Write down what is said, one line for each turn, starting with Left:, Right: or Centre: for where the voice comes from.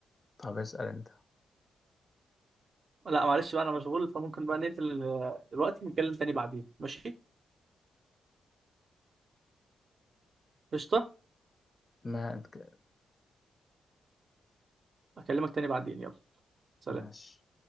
Left: طب اسأل أنت
Right: لا معلش بقى انا مشغول فممكن بقى نقفل آه، دلوقتي نتكلم تاني بعدين ماشي قشطه
Left: ما أنت ك-
Right: اكلمك تاني بعدين يلا سلام
Left: ماشي